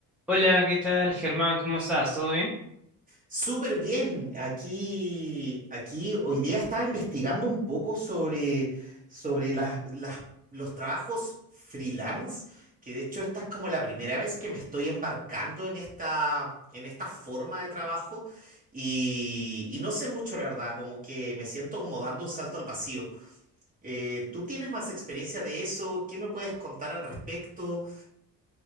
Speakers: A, in the centre; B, on the right.
A: Hola, ¿qué tal, Germán? ¿Cómo estás? ¿Todo bien?
B: Súper bien. Aquí, aquí hoy día estaba investigando un poco sobre, sobre las, las- los trabajos freelance, que de hecho esta es como la primera vez que me estoy embarcando en esta, en esta forma de trabajo y, y no sé mucho, la verdad, como que me siento como dando un salto al vacío. Eh, ¿tú tienes más experiencia de eso? ¿Qué me puedes contar al respecto?